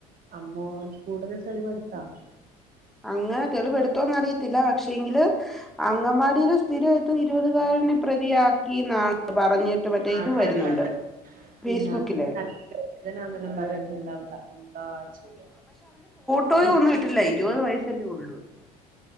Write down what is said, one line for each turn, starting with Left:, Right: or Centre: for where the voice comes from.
Right: അമ്മോ അത് കൂടുതൽ തെളിവെടുത്താ
Centre: അങ്ങനെ തെളിവെടുത്തോന്ന് അറിയത്തില്ല പക്ഷേ എങ്കില് അങ്കവാടിൽ <unintelligible> <unintelligible> <unintelligible> <unintelligible> <unintelligible> പ്രതിയാക്കിയെന്ന്
Right: ആ
Centre: ഇതു
Right: കണ്ടത്
Centre: വരുന്നുണ്ട്
Right: പിന്നെ
Centre: ഫെയ്സ്ബുക്കിൽ
Right: അതിന് നല്ല വേദനാന്നെല്ലാം പറഞ്ഞിട്ടുണ്ട് അവിടെ എന്താ ചെയ്യാ
Centre: ട്ട പോയി ഒന്നിട്ടില്ലേ ഇരുപത് വയസല്ലേ ഉള്ളൂ